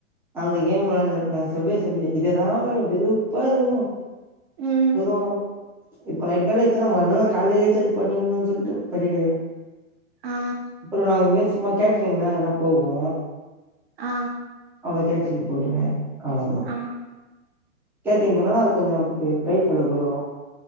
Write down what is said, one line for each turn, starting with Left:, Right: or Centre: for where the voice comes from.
Centre: அந்த கேம் வெளாடின்னு இருப்பே செபியா செபியா இதேதா வெறுப்பா இருக்கு
Right: ம்
Centre: எது இப்ப நைட்டு காலியச்சின்னா மறுநாள் கால்லயே ரீச்சார்ஜ் பண்ணிறனுன்னு சொல்ட்டு பண்ணிடுவே
Right: ஆ
Centre: அப்பறோ நாங்க இது மாறி சும்மா கேட்டறீங்கன்னா எதுனா போவோ
Right: ஆ
Centre: அவ்ள கேட்டரிங் போய்டுவ அவ்ளதா
Right: ஆ
Centre: கேட்டரிங் போனா அது கொஞ்சோ நமக்கு கை செலவுக்கு வரு